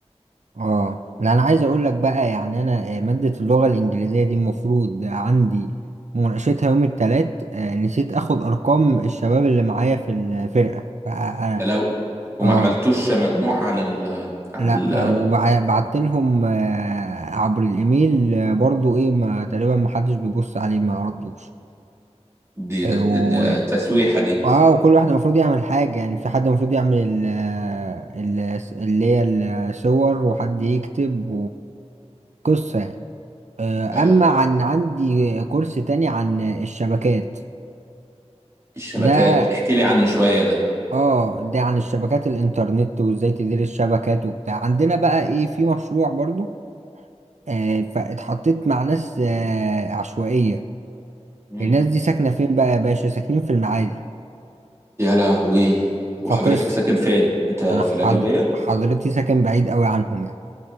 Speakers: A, on the right (about 90°); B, on the right (about 25°).
A: اه لا انا عايز اقول لك بقى يعني انا آه، مادة اللغة الانجليزية دي المفروض عندي مناقشتها يوم التلات آه، نسيت اخد ارقام الشباب اللي معايا في الفرقة فأنا- اه
B: يا لو وما
A: آه،
B: عملتوش مجموع على ال على
A: لا
B: ال
A: وبعت لهم آه، عبر الايميل آه، برضو ايه ما تقريبا ما حدش بيبص عليه ما ردوش
B: دي
A: آه،
B: ده-
A: و...
B: ده- ده التسويحة دي
A: اه وكل واحد المفروض يعمل حاجة يعني في حد المفروض يعمل ال... ال... اللي هي الصور وحد يكتب وقصة يعني آه،
B: يا
A: اما
B: لهوي
A: عن عندي كورس تاني عن الشبكات
B: الشبكات
A: ده
B: احكي لي عنه شوية ده
A: اه ده عن الشبكات الانترنت وازاي تدير الشبكات وبتاع عندنا بقى ايه في مشروع برضو آه، فاتحطيت مع ناس آه، عشوائية
B: مم.
A: الناس دي ساكنة فين بقى يا باشا ساكنين في المعادي
B: يا لهوي وحضرتك
A: فقصة
B: ساكن فين انت في
A: أنا حض...
B: القليوبية
A: حضرتي ساكن بعيد قوي عنهم يعني